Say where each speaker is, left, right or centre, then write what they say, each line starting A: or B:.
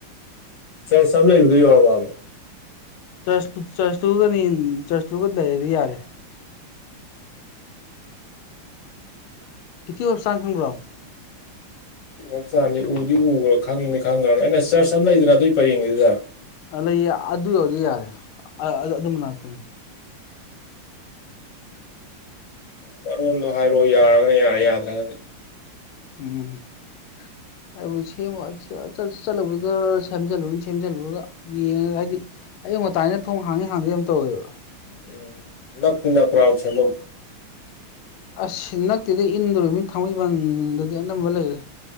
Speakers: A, on the left; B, on the left.
A: ꯆꯔꯁ ꯑꯝ ꯂꯩꯕꯗꯣ ꯌꯧꯔꯕꯥꯕ
B: ꯆꯔꯁ ꯆꯔꯁꯇꯨꯒꯅꯤ ꯆꯔꯁꯇꯨꯒ ꯂꯩꯔꯗꯤ ꯌꯥꯔꯦ ꯁꯤꯇꯤ ꯍꯣꯁꯄꯤꯇꯥꯜ ꯈꯪꯕ꯭ꯔꯣ
A: ꯁꯤꯇꯤ ꯍꯣꯁꯄꯤꯇꯥꯟꯖꯦ ꯎꯗꯤ ꯎꯒ꯭ꯔꯦ ꯈꯪꯗꯤ ꯈꯪꯒ꯭ꯔꯕꯅꯦ ꯑꯩꯅ ꯆꯔꯆ ꯑꯃ ꯂꯩꯗꯅ ꯑꯗꯨꯏ ꯄꯔꯦꯡꯒꯤꯗꯨꯗ
B: ꯑꯥ ꯂꯩꯌꯦ ꯑꯗꯨ ꯌꯧꯔꯗꯤ ꯌꯥꯔꯦ ꯑꯥ ꯑꯗꯨ ꯃꯅꯥꯛꯇꯅꯤ
A: ꯃꯔꯣꯟꯗꯣ ꯍꯥꯏꯔꯛꯑꯣ ꯌꯥꯔꯒꯅ ꯌꯥꯔꯦ ꯌꯥꯗ꯭ꯔꯒꯗꯤ
B: ꯎꯝ ꯍꯥꯏꯕꯨꯗꯤ ꯁꯦꯝꯃ <unintelligible> ꯆꯠꯂꯨꯕꯨꯗꯤ ꯗꯔ ꯁꯦꯝꯖꯜꯂꯨꯅꯤ ꯁꯦꯝꯖꯤꯜꯂꯨꯔꯒ ꯌꯦꯡꯉꯒ ꯍꯥꯏꯗꯤ ꯑꯌꯨꯛ ꯉꯟꯇꯥꯅꯤꯅ ꯊꯣꯡ ꯍꯥꯡꯉꯤ ꯍꯥꯡꯗꯦ ꯌꯥꯝ ꯇꯧꯋꯦꯕ
A: ꯎꯝ ꯅꯛꯇꯤ ꯅꯛꯄ꯭ꯔꯥꯕ ꯁꯦꯝꯕꯝ
B: ꯑꯁ ꯅꯛꯇꯦꯗ ꯏꯟꯗꯣꯔꯤꯃꯤ ꯊꯥꯡꯃꯩꯕꯟꯗꯗꯤ ꯑꯅꯝꯕ ꯂꯩꯔꯦ